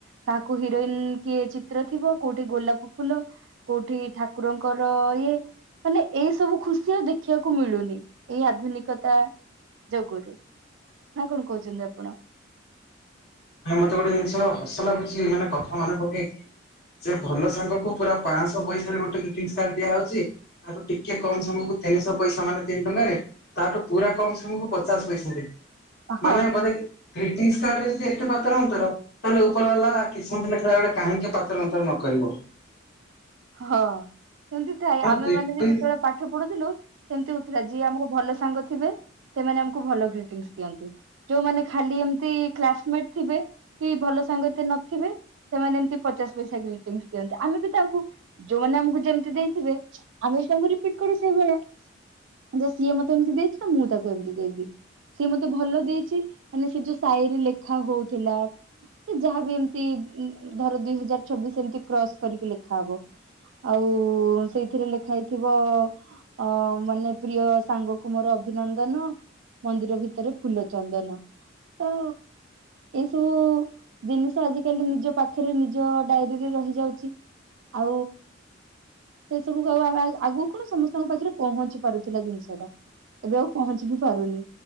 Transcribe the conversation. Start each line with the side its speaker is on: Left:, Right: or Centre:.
Right: କାହାକୁ ହିରୋଇନ କିଏ ଚିତ୍ର ଥିବ କୋଉଠି ଗୋଲାପ ଫୁଲ କୋଉଠି ଠାକୁରଙ୍କର ଇଏ। ମାନେ ଏଇ ସବୁ ଖୁସି ଆଉ ଦେଖିବାକୁ ମିଳୁନି ଏଇ ଆଧୁନିକତା ଯୋଗୁରୁ ନା କଣ କହୁଛନ୍ତି ଆପଣ?
Left: ମତେ ଗୋଟେ ଜିନିଷ ହସ ଲାଗୁଛି ମାନେ କଥା ମନେ ପକେଇକି ଯେ ଭଲ ସାଙ୍ଗକୁ ପୁରା ପାଆଁସ ତ ପଇସାରେ ଗୋଟ ଗ୍ରୀଟିଂସ କାର୍ଡ ଦିଆହଉଛି। ତାଠୁ ଟିକେ କମ ସାଙ୍ଗକୁ ତିନିଶହ ପଇସା ମାନେ ତିନି ଟଙ୍କାରେ ତାଠୁ ପୁରା କମ ସାଙ୍ଗକୁ ପଚାଶ ପଇସାରେ
Right: ହଁ
Left: ମାନେ ବୋଧେ ଗ୍ରୀଟିସ କାର୍ଡରେ ଏତେ ଏତେପାତର ଅନ୍ତର ତାହେଲେ ଉପର ବାଲା କିସ୍ମତ ଲେଖିଲା ବେଳେ କାହିଁକି ପାତର ଅନ୍ତର ନକରିବ। <inaudible>
Right: ହଁ ସେମିତି ଥାଏ ଆମେ
Left: ଗ୍ରିଟିଂ
Right: ମାନେବି ଯେତେବେଳେ ପାଠ ପଢୁଥିଲୁ ସେମିତି ହଉଥିଲା ଯିଏ ଆମର ଭଲ ସାଙ୍ଗ ଥିବେ। ସେମାନେ ଆମକୁ ଭଲ ଗ୍ରୀଟିଙ୍ଗସ ଦିଅନ୍ତି। ଯୋଉମାନେ ଖାଲି ଏମତି କ୍ଲାସମେଟ ଥିବେ କି ଭଲ ସାଙ୍ଗଏତେ ନଥିବେ ସେମାନେ ଏମତି ପଚାଶ ପଇସା ଗ୍ରେଟିଙ୍ଗସ ଦିଅନ୍ତି ଆମେ ବି ତାଙ୍କୁ ଯୋଉମାନେ ଆମକୁ ଯେମିତି ଦେଇଥିବେ ଆମେ ବି ତାଙ୍କୁ ରିପିଟ କରୁ ସେଇଭଳିଆ। ଯେ ସିଏ ମତେ ଏମତି ଦେଇଥିଲା ମୁଁ ତାକୁ ଏମିତି ଦେବି। ସିଏ ମତେ ଭଲ ଦେଇଛି ମାନେ ସେ ଯୋଉ ସାଇରି ଲେଖା ହଉଥିଲା। ସେ ଯାହାବି ଏମିତି ଧର ଦୁଇ ହଜାର ଚଛବିଶ ଏମିତି କ୍ରସ୍ କରିକି ଲେଖା ହବ। ଆଉ ସେଇଥିରେ ଲେଖା ହେଇଥିବ ଅ ମାନେ ପ୍ରିୟ ସାଙ୍ଗ କୁ ମୋର ଅଭିନନ୍ଦନ ମନ୍ଦିର ଭିତରେ ଫୁଲ ଚନ୍ଦନ ତ ଏଇ ସବୁ ଜିନିଷ ଆଜିକାଲି ନିଜ ପାଖରେ ନିଜ ଡାଏରୀରେ ରହିଯାଉଛି। ଆଉ ସେ ସବୁ କ ଆଉ ଆମେ ଆଗକୁ କଣ ସମସ୍ତଙ୍କ ପାଖରେ ପହଞ୍ଚି ପାରୁଥିଲା ଜିନିଷ ଟା। ଏବେ ଆଉ ପହଞ୍ଚି ବି ପାରୁନି।